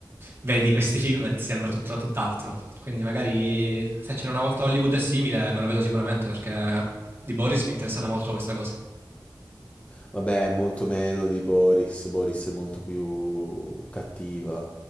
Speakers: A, on the right (about 30°); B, on the left (about 15°).
A: vedi questi film e ti sembra tutto- tutt'altro. Quindi magari se c'era una volta Hollywood è simile, me lo vedo sicuramente perché di Boris mi è interessata molto questa cosa.
B: Vabbè, molto meno di Boris. Boris è molto più cattiva.